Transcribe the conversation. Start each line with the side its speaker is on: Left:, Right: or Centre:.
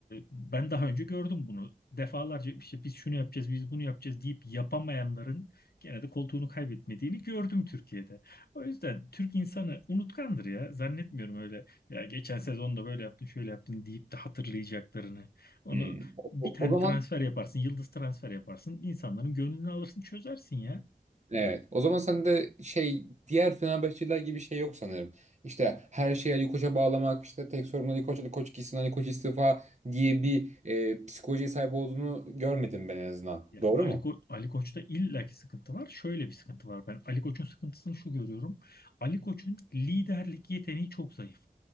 Left: ben daha önce gördüm bunu. Defalarca işte biz şunu yapacağız, biz bunu yapacağız deyip yapamayanların gene de koltuğunu kaybetmediğini gördüm Türkiye'de. O yüzden Türk insanı unutkandır ya. Zannetmiyorum öyle ya geçen sezonda böyle yaptın, şöyle yaptın deyip de hatırlayacaklarını. Onu
Right: Hmm. O,
Left: bir
Right: o-
Left: tane
Right: o zaman
Left: transfer yaparsın, yıldız transfer yaparsın, insanların gönlünü alırsın, çözersin ya.
Right: evet. O zaman sen de şey diğer Fenerbahçeliler gibi şey yok sanırım. İşte her şeyi Ali Koç'a bağlamak, işte tek sorun Ali Koç, Ali Koç gitsin, Ali Koç istifa diye bir e, psikolojiye sahip olduğunu görmedim ben en azından.
Left: Ya
Right: Doğru
Left: Ali,
Right: mu?
Left: Ko- Ali Koç'ta illaki sıkıntı var. Şöyle bir sıkıntı var ben. Ali Koç'un sıkıntısını şu görüyorum. Ali Koç'un liderlik yeteneği çok zayıf.